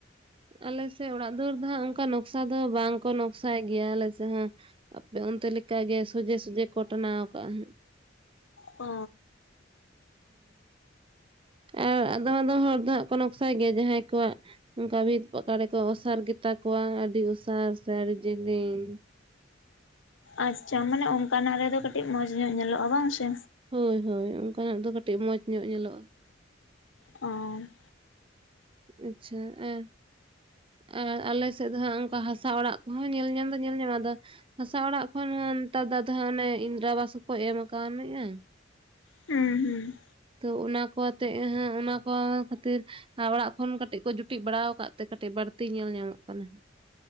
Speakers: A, on the right; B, on the left.
A: ᱟᱞᱮᱥᱮᱫ ᱚᱲᱟᱜ ᱫᱩᱣᱟᱹᱨ ᱫᱚ ᱦᱟᱸᱜ ᱚᱱᱠᱟ ᱱᱚᱠᱥᱟ ᱫᱚ ᱵᱟᱝ ᱠᱚ ᱱᱚᱠᱥᱟᱭ ᱜᱮᱭᱟ ᱟᱞᱮᱥᱮᱜ ᱦᱚᱸ, ᱟᱯᱮ ᱚᱱᱛᱮ ᱞᱮᱠᱟᱜᱮ ᱥᱚᱡᱷᱮ ᱥᱚᱡᱷᱮ ᱠᱚ ᱴᱟᱱᱟᱣ ᱠᱟᱜᱼᱟ ᱦᱟᱸᱜ᱾
B: ᱚᱻ
A: ᱦᱩᱸᱻᱟᱨ ᱟᱫᱚᱢ ᱟᱫᱚᱢ ᱦᱚᱲ ᱫᱚ ᱦᱟᱸᱜ ᱠᱚ ᱱᱚᱠᱥᱟᱭ ᱜᱮᱭᱟ ᱡᱟᱦᱟᱸᱭ ᱠᱚᱣᱟᱜ ᱚᱱᱠᱟ ᱵᱷᱤᱛ ᱚᱠᱟᱨᱮᱠᱚ <unintelligible> ᱚᱥᱟᱨ ᱜᱮ ᱛᱟᱠᱚᱣᱟ ᱟᱹᱰᱤ ᱚᱥᱟᱨ ᱥᱮ ᱟᱹᱰᱤ ᱡᱮᱞᱮᱧ
B: ᱟᱪᱪᱷᱟ ᱢᱟᱱᱮ ᱚᱱᱠᱟᱱᱟᱜ ᱨᱮᱫᱚ ᱠᱟᱹᱴᱤᱡ ᱢᱚᱸᱡᱽ ᱧᱚᱜ ᱧᱮᱞᱚᱜᱼᱟ ᱵᱟᱝ ᱥᱮ
A: ᱦᱳᱭ ᱦᱳᱭ ᱚᱱᱠᱟᱱᱟᱜ ᱫᱚ ᱠᱟᱹᱴᱤᱡ ᱢᱚᱡᱽ ᱧᱚᱜ ᱧᱮᱞᱚᱜᱼᱟ᱾
B: ᱚᱸ
A: ᱟᱪᱪᱷᱟ ᱟᱨ ᱟᱨ ᱟᱞᱮ ᱥᱮᱫ ᱫᱚ ᱦᱟᱸᱜ ᱚᱱᱠᱟ ᱦᱟᱥᱟ ᱚᱲᱟᱜ ᱠᱚᱦᱚᱸ ᱧᱮᱞ ᱧᱟᱢ ᱫᱚ ᱧᱮᱞ ᱧᱟᱢᱚᱼᱟ ᱟᱫᱚ ᱦᱟᱥᱟ ᱚᱲᱟᱜ ᱠᱷᱚᱱ ᱦᱚᱸ ᱱᱮᱛᱟᱨ ᱫᱚ ᱟᱫᱚ ᱦᱟᱜ ᱚᱱᱮ ᱤᱱᱫᱨᱟ ᱵᱟᱥ ᱦᱚᱸᱠᱚ ᱮᱢ ᱟᱠᱣᱟᱱᱮᱜᱼᱟ
B: ᱦᱩᱸ ᱦᱩᱸ
A: ᱛᱚ ᱚᱱᱟ ᱠᱚ ᱟᱛᱮᱜ ᱦᱟᱜ ᱚᱱᱟ ᱠᱚ ᱠᱷᱟᱹᱛᱤᱨ ᱟᱸᱼ ᱚᱲᱟᱜ ᱠᱷᱚᱱ ᱠᱟᱹᱴᱤᱡ ᱠᱚ ᱡᱩᱴᱤᱜ ᱵᱟᱲᱟ ᱠᱟᱜ ᱛᱮ ᱠᱟᱹᱴᱤᱡ ᱵᱟᱹᱲᱛᱤ ᱧᱮᱞ ᱧᱟᱢᱚᱜ ᱠᱟᱱᱟ ᱾